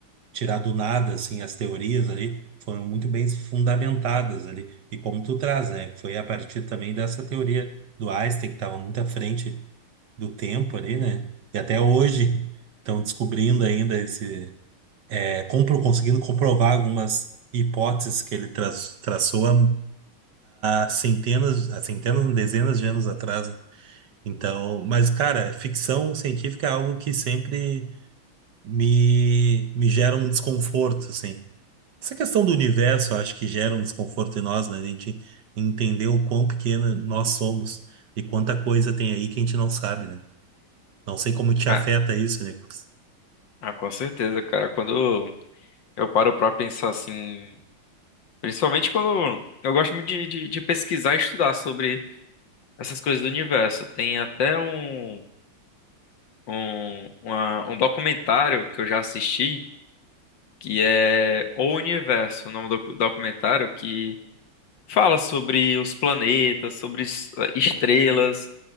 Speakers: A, on the right (about 65°); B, on the left (about 65°).
A: tirar do nada assim as teorias ali, foram muito bem fundamentadas ali. E como tu traz, né? Foi a partir também dessa teoria do Einstein que estava muito à frente do tempo ali, né? E até hoje <laughs> estão descobrindo ainda esse é, compro- conseguindo comprovar algumas hipóteses que ele tra- traçou há, há centenas, há centenas, não, dezenas de anos atrás. Então, mas cara, ficção científica é algo que sempre me, me gera um desconforto, assim. Essa questão do universo, eu acho que gera um desconforto em nós, né? A gente entender o quão pequena nós somos e quanta coisa tem aí que a gente não sabe, né? Não sei como te
B: Ah,
A: afeta isso, Nicolas.
B: ah, com certeza, cara. Quando eu paro pra pensar assim, principalmente quando eu gosto muito de, de, de pesquisar e estudar sobre essas coisas do universo. Tem até um, um, uma- um documentário que eu já assisti que é O Universo, o nome do documentário, que fala sobre os planetas, sobre es- estrelas.